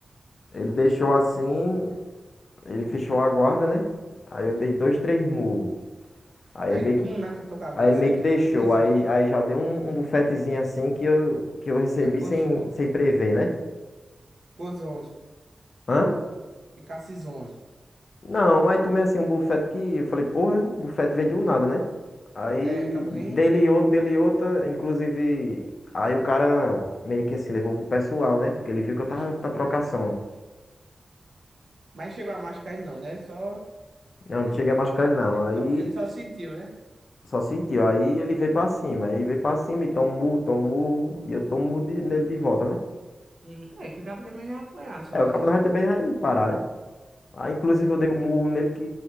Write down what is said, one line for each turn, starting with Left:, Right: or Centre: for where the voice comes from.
Left: Ele deixou
Right: Hum.
Left: assim, ele fechou a guarda, né? Aí eu dei dois,
Right: Hum.
Left: três murros. Aí
Right: Aí
Left: ele meio
Right: pum
Left: que
Right: na tua cabeça.
Left: Aí ele meio
Right: Aí
Left: que
Right: tu
Left: deixou.
Right: já ficou meio zonzo.
Left: Aí, aí já deu um, um bufetezinho assim que eu, que eu recebi
Right: Já ficou
Left: sem,
Right: zonzo.
Left: sem prever, né?
Right: Ficou zonzo.
Left: Hã?
Right: Ficasse zonzo.
Left: Não, mas tomei assim um bufete que eu falei, porra, bufete veio do nada, né? Aí
Right: É, o cabo
Left: dele
Right: nem
Left: outro, dele outra, inclusive. Aí o cara meio que assim levou pro pessoal, né? Porque ele viu que eu
Right: machucou.
Left: tava na trocação.
Right: Mas chegou a machucar ele não, né? Só.
Left: Não, não
Right: Ele,
Left: cheguei a machucar
Right: ele,
Left: ele não.
Right: ele
Left: Aí
Right: só, ele só sentiu, né?
Left: só sentiu. Aí ele veio pra cima. Aí veio pra cima e toma um murro, toma um murro. E eu tomo um murro de- nele de volta, né?
Right: Hum. É que o cabo também não é apanhar sozinho,
Left: É, o cabo
Right: né?
Left: não vai também vai parar, né? Aí, inclusive, eu dei um murro nele que